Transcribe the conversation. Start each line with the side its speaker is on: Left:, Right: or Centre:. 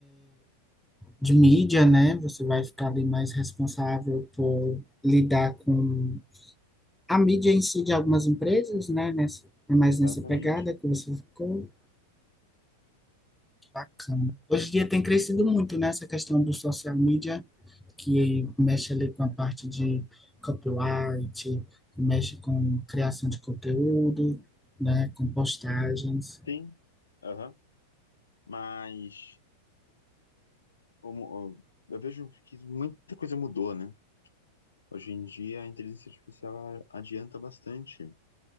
Centre: de mídia, né, você vai ficar ali mais responsável por lidar com a mídia em si de algumas empresas, né, nessa, é mais
Left: Exatamente.
Centre: nessa pegada que você ficou. Bacana. Hoje em dia tem crescido muito, né, essa questão do social media, que mexe ali com a parte de copyright, que mexe com criação de conteúdo, né, com postagens.
Left: Sim, aham. Mas o mu- o- eu vejo que muita coisa mudou, né? Hoje em dia a inteligência artificial ela adianta bastante